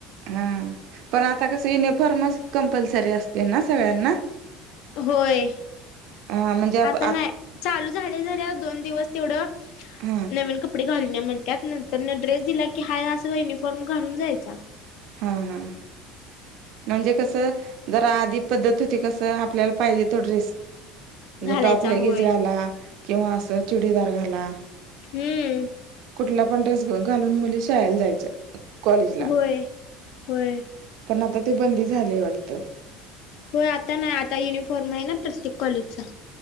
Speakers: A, on the right; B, on the left.
A: हा, पण आता कसं युनिफॉर्मच कंपल्सरी असते ना सगळ्यांना.
B: होय,
A: हा म्हणजे आप
B: आता नाय. चालू झाल्या झाल्या दोन दिवस तेवढं
A: हा.
B: नवीन कपडे घालून या म्हणत्यात नंतर न ड्रेस दिला की हाय असा युनिफॉर्म घालून जायचा.
A: हा हा. म्हणजे कसं जर आधी पद्धत होती कसं आपल्याला पाहिजे तो ड्रेस म्हणजे
B: घालायचा
A: टॉप लेगीच
B: होय
A: घाला किंवा असं चुडीदार घाला.
B: हम्म!
A: कुठला पण ड्रेस घ घालून मुली शाळेला जायच्या. कॉलेज
B: होय. होय.
A: पण आता ते बंदी झालेय वाटतं.
B: होय आता नाही आता युनिफॉर्म आहे ना प्रत्येक कॉलेजचा.